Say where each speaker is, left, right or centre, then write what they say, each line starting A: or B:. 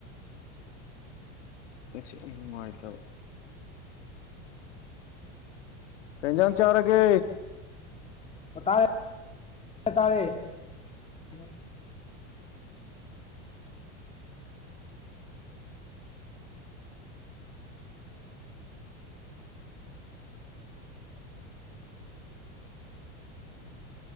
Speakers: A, on the left (about 85°); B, on the left (about 15°).
A: ꯅꯦꯠꯁꯦ ꯌꯥꯝ ꯅꯨꯡꯉꯥꯏꯇꯕ ꯀꯩ ꯏꯟꯖꯥꯡ ꯆꯥꯔꯒꯦ
B: ꯑꯣ ꯇꯥꯔꯦ <inaudible> ꯇꯥꯔꯦ ꯑꯩ